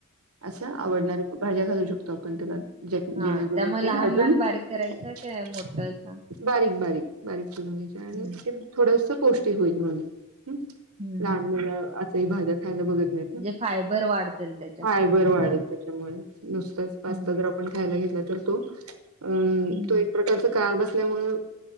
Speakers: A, on the right; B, on the right.
A: असं
B: हम्म
A: आवडणाऱ्या भाज्या घालू शकतो आपण त्याला जे
B: हा
A: जेणेकर
B: त्या मग
A: ते
B: लहान
A: अजून
B: लहान बारीक करायच्या
A: <unintelligible>
B: काय मोठ असा
A: बारीक -बारीक -बारीक चिरूण घ्यायचे आणि
B: हम्म
A: ते थोडंस पोष्टिक होईल म्हणून
B: हम्म
A: लहान
B: हम्म
A: मुलं असं ही भाज्या खायला बघत <unintelligible>
B: म्हणजे फायबर वाढतील त्याच्यातून
A: फायबर वाढेल
B: हा
A: त्याच्यामुळे नुसतच
B: हम्म
A: पास्ता आपण खायला घेतला तर तो अ
B: हम्म
A: तो एक प्रकार च का असल्यामुळे